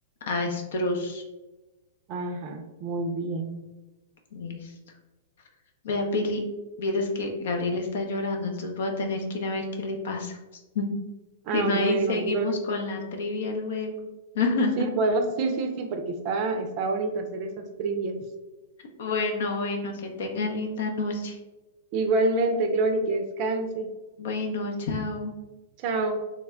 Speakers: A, on the left (about 70°); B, on the right (about 45°).
A: Avestruz.
B: Ajá, muy bien.
A: Listo. Vea, Pili, vieras que Gabriel está llorando, entonces voy a tener que ir a ver qué le pasa. <laughs>
B: Ah,
A: Si no,
B: bueno,
A: ahí seguimos
B: Gloria.
A: con la trivia luego. <laughs>
B: Sí, podemos, sí, sí, sí, porque está, está bonito hacer esas trivias.
A: Bueno, bueno, que tenga linda noche.
B: Igualmente, Glory, que descanse.
A: Bueno, chao.
B: Chao.